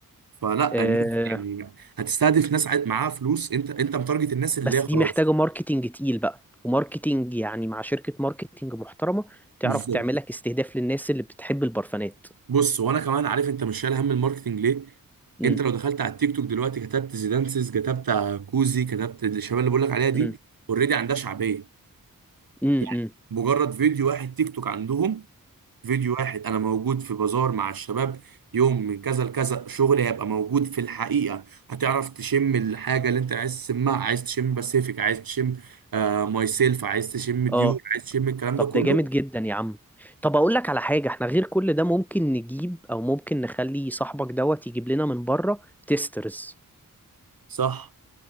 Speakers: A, on the right (about 75°); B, in the centre.
A: فلا
B: آه
A: الناس يعني هتستهدف ناس عاي- معاها فلوس انت انت متارجت الناس اللي
B: بس
A: هي
B: دي
A: خلاص
B: محتاجه ماركتينج تقيل بقى وماركتينج يعني مع شركه ماركتينج محترمه تعرف
A: بالظبط
B: تعمل لك استهداف للناس اللي بتحب البرفانات
A: بص وانا كمان عارف انت مش شايل هم الماركتنج ليه
B: امم
A: انت لو دخلت على التيك توك دلوقتي كتبت زيدانسز كتبت كوزي كتبت الشباب اللي بقول لك عليها دي
B: امم
A: اوريدي عندها شعبيه
B: امم
A: يعني مجرد فيديو واحد تيك توك عندهم فيديو واحد انا موجود في بازار مع الشباب يوم من كذا لكذا شغلي هيبقى موجود في الحقيقه هتعرف تشم الحاجه اللي انت عايز تشمها عايز تشم باسيفيك عايز تشم آه ماي سيلف عايز تشم ديور
B: امم
A: عايز تشم الكلام
B: طب
A: ده كله
B: ده جامد جدا يا عم طب اقول لك على حاجة احنا غير كل ده ممكن نجيب او ممكن نخلي صاحبك دوت يجيب لنا من بره تيسترز
A: صح